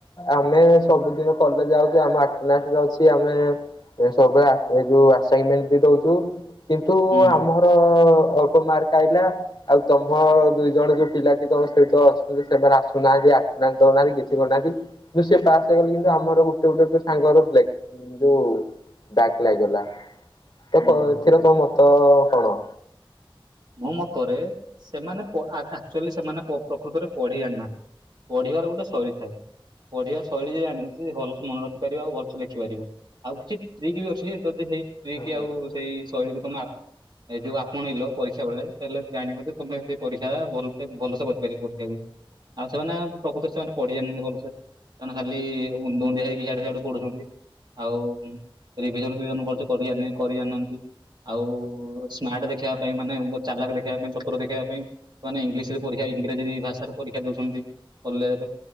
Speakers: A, on the left; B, on the right.
A: ଆମେ ସବୁଦିନ କଲେଜ ଯାଉଚୁ ଆମେ ଆଣ୍ଟେନାସରେ ଅଛି। ଆମେ ଏ ସବୁବେଳେ ଏ ଯୋଉ ଆସାଇନ୍ ମେଣ୍ଟ ବି ଦଉଚୁ, କିନ୍ତୁ
B: ହୁଁ
A: ଆମ ଅ ଅଳ୍ପ ମାର୍କ ଆଇଲା। ଆଉ ତମ ଦୁଇ ଜଣ ଯୋଉ ପିଲା କି ତମ ସହିତ ଅଛନ୍ତି, ସେମାନେ ଆସୁନାହାନ୍ତି ଆଣ୍ଟେ ନାସ ଦଉହାନ୍ତି କିଛି କରୁନାହାନ୍ତି। କିନ୍ତୁ ସେ ପାସ୍ ହେଇଯାଉଚନ୍ତି, କିନ୍ତୁ ଆମର ଗୋଟେ ଗୋଟେ ସାଙ୍ଗର ବେକ୍ ଉଁ ଯୋଉ ବ୍ୟାକ୍ ଲାଗିଗଲା,
B: ହୁଁ
A: ତ ଏଥିରେ ତୋ ମତ କଣ?
B: ମୋ ମତରେ ସେମାନେ ପ ଆକ୍ଚୁଆଲି ସେମାନେ ପ ପ୍ରକୃତରେ ପଢି ଜାଣିନାହାନ୍ତି। ପଢିବାର ଗୋଟେ ଶୈଳୀ ଥାଏ। ପଢ଼ିବା ଶୈଳୀ ଯେ ଜାଣିଚି, ଭଲସେ ମନେରଖିପାରିବା ଆଉ ଭଲସେ ଲେଖିପାରିବ। ଆଉ କିଛି ଟ୍ରିକ ବି ଅଛି, ଯଦି ସେ ଟ୍ରିକ
A: ଓହୋ
B: ଆଉ ସେଇ ଶୈଳୀ ତମେ ଆ ଏଇ ଯୋଉ ଆପଣଇଲ ପ ସେତେବେଳେ ତମେ ଜାଣିବ, ଯେ ତୁମେ ବି ପରୀକ୍ଷା ଭଲସେ ଭଲସେ କରିପାରିବ ପରୀକ୍ଷାକୁ। ଆଉ ସେମାନେ ପ୍ରକୃତରେ ସେମାନେ ପଢିଜାଣିନାନ୍ତି ଭଲସେ, ସେମାନେ ଖାଲିି <unintelligible> ହେଇକି ଆଡେ ସାଡେ ପଢୁଚନ୍ତି। ଆଉ ରିଭିଜନ ଫିଭିଜନ ଭଲସେ କରିଆର ନାହିଁ। କରି ଜାଣିନାହାନ୍ତି, ଆଉ ସ୍ମାର୍ଟ ଦେଖେଇବା ପାଇଁ ମାନେ ଚାଲାକ ଦେଖେଇବା ପାଇଁ, ଚତୁର ଦେଖେଇବା ପାଇଁ ସେମାନେ ଇଂଲିଶରେ ପରୀକ୍ଷା ଇଂରାଜୀ ଭାଷାରେ ପରୀକ୍ଷା ଦଉଚନ୍ତି କଲଜେରେ।